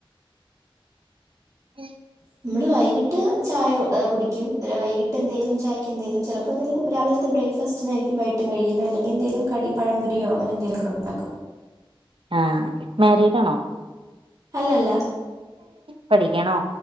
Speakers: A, on the right (about 65°); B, on the right (about 40°).
A: <inaudible>
B: നമ്മള് വൈകിട്ട് ചായ കുടിക്കും വൈകിട്ട് എന്തേലും ചായക്ക് എന്തേലും ചെലപ്പോ എന്തെലും രാവിലെ. ബ്രേക്ക്ഫസ്റ്റിനായിരിക്കും വൈട്ടും കഴികുന്നെ അല്ലെങ്കി എന്തെലും കടി പഴ പൊരിയോ അങ്ങെനെന്തെങ്കിലൊക്കെണ്ടാകും.
A: ആ മാരീ ഡാണോ?
B: അല്ലല്ല
A: പഠിക്കണോ?